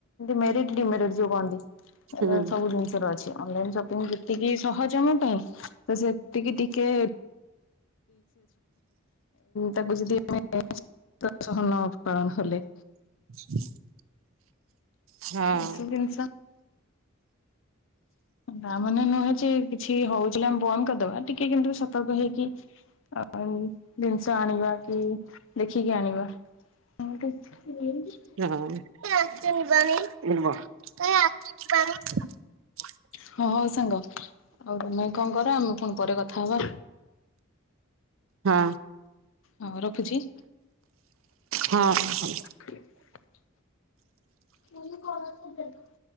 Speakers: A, on the left; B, on the right.
A: ମେରିଟ ଡିମେରିଟ୍ ଯୋଉ କହନ୍ତି।
B: ହୁଁ
A: ସବୁ ଜିନିଷ ର ଅଛି। ଅନଲାଇନ ସପିଙ୍ଗ ଯେତିକି ସହଜ ଆମ ପାଇଁ ତ ସେ ଟିକେ ଟିକେ ତାକୁ ଯଦି <unintelligible> ଆମେ ଅବକରଣ <inaudible> ହେଲେ
B: ହ <inaudible> ହଁ।
A: ଏସବୁ ଜିନିଷ ତା ମାନେ ନୁହେଁ ଯେ କିଛି ହଉଥିଲା ଆମେ ବନ୍ଦ କରିଦବା। ଟିକେ କିନ୍ତୁ ସତର୍କ ହେଇକି। ଆଉ ଜିନିଷ ଆଣିବା କି ଦେଖିକି ଆଣିବା। ହଁ କିି <unintelligible>
B: ହ <unintelligible>
A: ହଁ ହଉ ସାଙ୍ଗ ଆଉ ତମେ କଣ କର ଆମେ ପୁଣି ପରେ କଥା ହବା।
B: ହଁ।
A: ହଁ ରଖୁଛି।
B: ହଁ ହଁ।
A: ଖଲି <unintelligible> ମୁ କଣ <unintelligible>